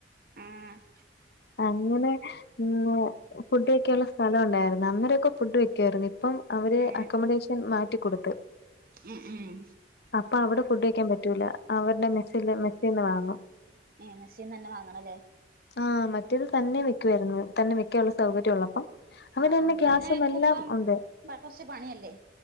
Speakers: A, on the right; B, on the left.
A: ആഹ്
B: അങ്ങനെ ഇന്ന് ഫുഡ് വെക്കായുള്ള സ്ഥലോം ഉണ്ടായിരുന്നു അന്നേരം ഒക്കെ ഫുഡ് വെക്കു ആയിരുന്നു ഇപ്പം അവെര്
A: ഏഹ്
B: അക്കോമഡേഷെൻ മാറ്റിക്കൊട്ത്ത്
A: ഉം
B: അപ്പം അവ്ടെ ഫുഡ് വെക്കാൻ പറ്റൂലാ അവര്ടെ മെസ്സില് മെസ്സിന്ന് വാങ്ങും
A: ഏഹ് മെസ്സിന്ന് തന്നെ വാങ്ങണം ലെ
B: ആഹ് മറ്റെത് തന്നെ വെക്കുവായിരുന്നു തന്നെ വെക്കുവാ ഉള്ള സൗകര്യം ഉള്ളപ്പം അവരന്നെ
A: ആഹ് ആഹ്
B: ഗ്യാസും
A: തന്നെ വെക്കുമ്പം
B: എല്ലാം ഉണ്ട്
A: പ കൊർച്ച് പണി അല്ലെ?